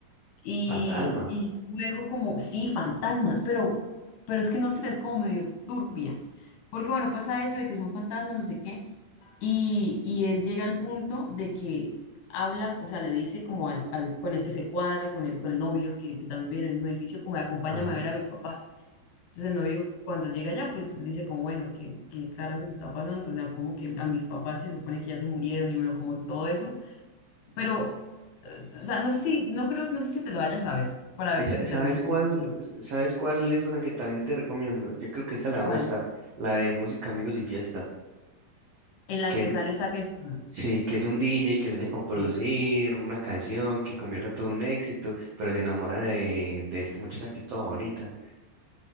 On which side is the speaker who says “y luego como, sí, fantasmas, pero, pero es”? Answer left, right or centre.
Left